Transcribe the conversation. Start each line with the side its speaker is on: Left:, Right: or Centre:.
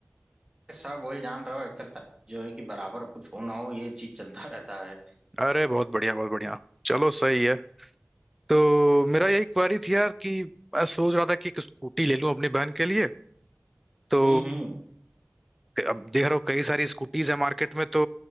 Right: सब वही जान रहे हो एक्सरसाइज जो है कि बराबर कुछ हो ना हो ये चीज चलता <laughs> रहता है
Centre: अरे बहुत बढ़िया बहुत बढ़िया चलो सही है तो मेरा यही क्वारी थी यार कि मैं सोच रहा था कि एक स्कूटी ले लूं अपनी बहन के लिए तो
Right: हम्म हम्म
Centre: अब देख रहा हूँ कई सारी स्कूटीज है मार्केट में तो